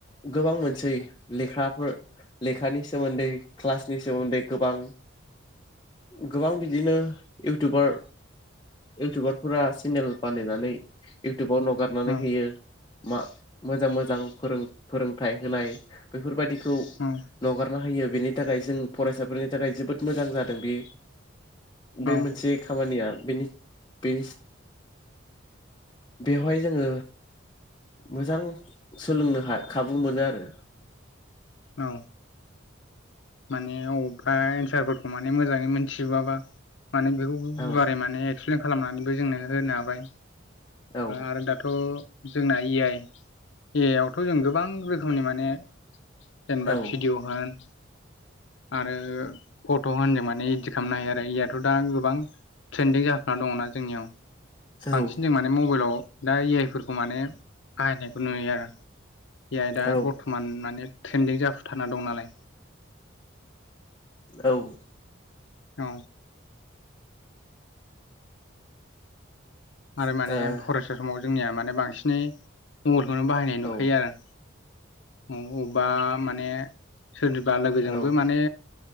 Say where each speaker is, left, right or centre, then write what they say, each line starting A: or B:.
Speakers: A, on the left; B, on the left.
A: गोबां मोनसेै लेखाफोर लेखानि सोमोन्दै क्लासनि सोमोन्दै गोबां गोबां बिदिनो इउटुबार इउटुबारफोरा चेनेल बानायहनानै इउटुबाव नागारनानै
B: औ
A: होयो मा मोजां मोजां फोरोंथाइ होनाय बेफोरबायदि खौ
B: औ
A: नागारना होयो बेनि थाखाय जों फरायसाफोरनि थाखाय जोबोद मोजां जादों बे बे
B: औ
A: मोनसे खामानिया बेनि बेनि बेवहाय जोङो मोजां सोलोंनो खाबु मोनो आरो
B: औ माने अबेबा एन्सारफोरखौ माने मोजाङै मोनथिजोबाबा माने बेखौ
A: औ
B: गुवारै माने एक्सप्लेन खालामनानैबो जोंनो होनो हाबाय
A: औ
B: आरो दाथ' जोंना ए आइ ए आइ आवथ' जों गोबां रोखोमनि माने जेनेबा
A: औ
B: भिडिअ होन
A: <inaudible>
B: आरो फट' होनदों माने इदित खालामनो हायो आरो इयाथ' दा गोबां ट्रेन्दिं जाखाना दङना जोंनियाव बांसिन
A: औ
B: जों माने मबाइलाव दा इ आइ फोरफोरखौ माने बाहायनायखौ नुयो आरो बेयाय दा
A: औ
B: बर्थ'मान माने ट्रेन्दिं जाफुथारना दं नालाय
A: औ
B: औ आरो
A: ओ
B: माने फरायसा समाव जोंनिया माने बांसिनै मबाइलखौनो बाहायनाय
A: औ
B: नुखायो आरो बबेबा माने सोरनिबा लोगोजोंबो
A: औ
B: माने